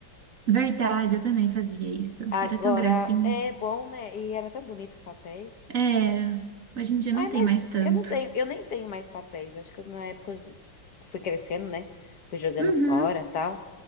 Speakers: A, on the right; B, on the left.
A: Verdade, eu também fazia isso.
B: Agora
A: Era tão gracinha.
B: é bom, né? E era tão bonito os papéis.
A: É, hoje em dia
B: Ai,
A: não tem
B: mas
A: mais tanto.
B: eu não tenho, eu nem tenho mais papéis. Acho que na época eu fui crescendo, né? Fui jogando
A: Uhum,
B: fora, tal.